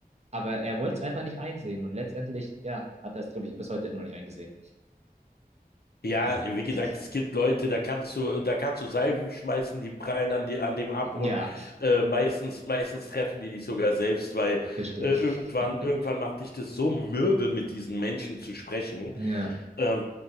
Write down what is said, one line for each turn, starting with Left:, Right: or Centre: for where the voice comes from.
Right: Aber er wollte es einfach nicht einsehen. Und letztendlich, ja, hat er es, glaube ich, bis heute immer noch nicht eingesehen.
Left: Ja,
Right: Und
Left: wie
Right: das
Left: gesagt,
Right: ist,
Left: es gibt Leute, da kannst du, da kannst du Salven schmeißen, die prallen an, die, an dem ab
Right: ja,
Left: und äh, meistens, meistens treffen die dich sogar selbst, weil
Right: das stimmt.
Left: äh, irgendwann,
Right: <laughs>
Left: irgendwann macht dich das so mürbe, mit diesen Menschen zu sprechen.
Right: Ja,
Left: ähm,